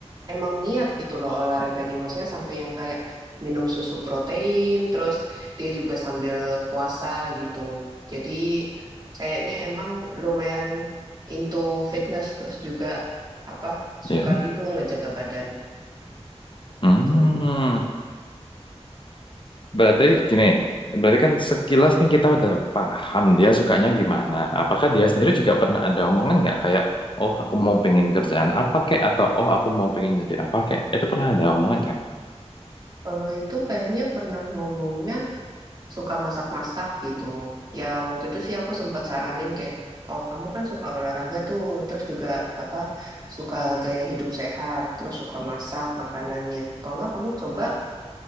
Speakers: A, on the right; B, on the left.
A: emang niat gitu loh olahraganya. Maksudnya sampai yang kayak minum susu protein, terus dia juga sambil puasa gitu. Jadi kayaknya emang lumayan into fitness, terus juga apa suka
B: ya.
A: gitu ngejaga badan
B: Hmm.
A: tuh.
B: Berarti gini, berarti kan sekilas nih kita udah paham dia sukanya gimana. Apakah dia sendiri juga pernah ada omongan nggak kayak, oh aku mau pengen kerjaan apa kek, atau oh aku mau pengen jadi apa kek. Itu pernah ada omongan nggak?
A: Kalau itu kayaknya pernah ngomongnya suka masak-masak gitu. Ya waktu itu sih aku sempat saranin kayak, oh kamu kan suka olahraga tuh, terus juga apa suka gaya hidup sehat, terus suka masak makanannya. Kalau nggak kamu coba